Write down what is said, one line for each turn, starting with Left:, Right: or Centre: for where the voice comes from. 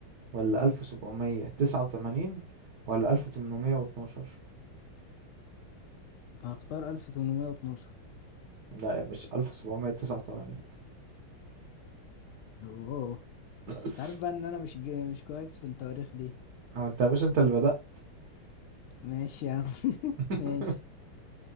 Right: ولا 1789 ولا 1812
Left: هختار 1812
Right: لا يا باشا 1789
Left: اوه
Right: <laughs>
Left: انت عارف بقى ان انا مش جي... مش كويس في التواريخ دي
Right: او انت يا باشا انت اللي بدأت
Left: ماشي يا عم <laughs>
Right: <laughs>
Left: ماشي